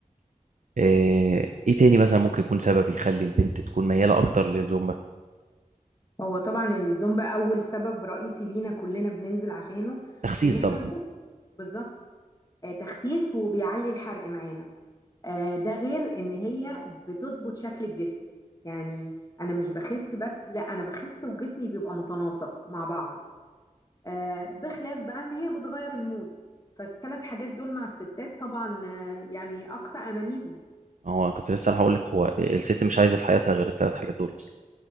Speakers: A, on the right; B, on the left.
A: آه، ايه تاني مثلا ممكن يكون سبب يخلي البنت تكون مياله اكتر للزومبا
B: هو طبعا الزومبا أول سبب رئيسي لينا كلنا بننزل عشانه
A: تخسيس
B: إن إحنا
A: طبعا
B: نخس بالظبط آه تخسيس وبيعلي الحرق معانا آه ده غير إن هي بتظبط شكل الجسم يعني أنا مش بخس بس لا أنا بخس وجسمي بيبقى متناسق مع بعضه آه، بخلاف بقى ان هي بتغير المود فالثلاث حاجات دول مع الستات طبعا آه، يعني اقصى امانيهم
A: هو كنت لسه راح اقول لك هو الست مش عايزه في حياتها غير الثلاث حاجات دول اصلا